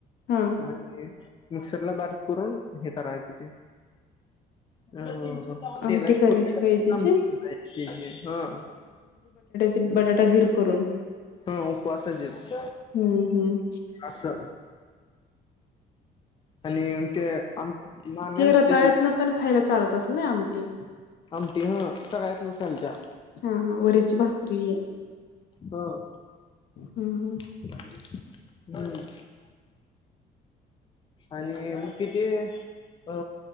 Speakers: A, on the left; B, on the left.
A: हा.
B: आणि मिक्सर ला बारीक करून हे करायचं ते अ तेलाची
A: आमटी करायची
B: फोडनी टाकून
A: काय त्याची
B: आमटी करायची हं.
A: ते बटाटा घीर करून
B: हा उपवासचेस
A: हम्म, हम्म
B: असं आणि ते आम मामी
A: ते
B: आम
A: रताळ्यातन
B: तशीच
A: पण खायला चालत असल नाई आमटी
B: आमटी ह सगळ्यात न चालत्या
A: हा, हा वरीची भाकरी
B: ह
A: हम्, हम्
B: <unintelligible> आणि म ते जे अ